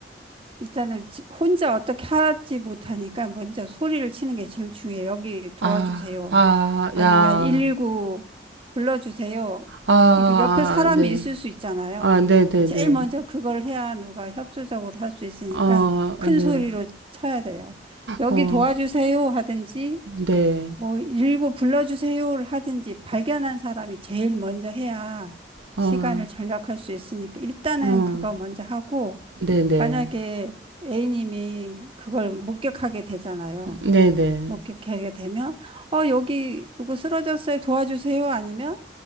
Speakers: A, on the right; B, on the right.
A: 일단은 지- 혼자 어떻게 하지 못하니까 먼저 소리를 치는 게 제일 중요해요. 여기 도와주세요.
B: 아, 아,
A: 아니면
B: 야,
A: 119 불러주세요.
B: 아,
A: 이렇게 옆에 사람이
B: 아, 네,
A: 있을 수 있잖아요.
B: 아, 네, 네,
A: 제일
B: 네.
A: 먼저 그걸 해야 누가 협조적으로 할 수 있으니까
B: 어,
A: 큰
B: 네,
A: 소리로 쳐야 돼요. 여기
B: 어,
A: 도와주세요 하든지,
B: 네,
A: 뭐, 119 불러주세요를 하든지 발견한 사람이 제일 먼저 해야
B: 어,
A: 시간을 절약할 수 있으니까 일단은
B: 어,
A: 그거 먼저 하고,
B: 네, 네,
A: 만약에 A님이 그걸 목격하게 되잖아요.
B: 네, 네.
A: 목격하게 되면, 어, 여기 누구 쓰러졌어요? 도와주세요? 아니면